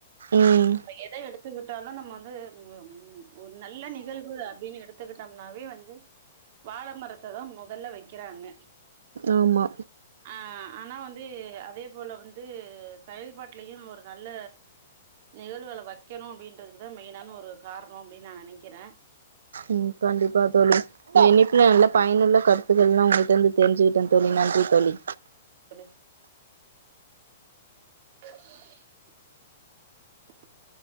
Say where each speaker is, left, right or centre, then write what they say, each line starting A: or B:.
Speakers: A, on the right; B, on the right.
A: ம்
B: எத எடுத்துக்கிட்டாலு நம்ம வந்து உ ஒரு நல்ல நிகழ்வு அப்டின்னு எடுத் துக்கிட்டம்னாவே வந்து வாழ மரத்த தா மொதல்ல வக்கிறாங்க
A: ஆமா
B: ஆ ஆனா வந்து அதே போல வந்து செயல்பாட்டுலையு ஒரு நல்ல நிகழ்வுகள வக்கணு அப்டின்றதுதா மெயினான ஒரு காரணோ அப்டின்னு நா நெனைக்கிற
A: உம் கண்டிப்பா தோழி இன்னிக்னா நல்லா பயனுள்ள கருத்துக்கள் எல்லா உங்கிட்ட வந்து தெரிஞ்சுக்கிட்ட தோழி நன்றி தோழி
B: <unintelligible> ம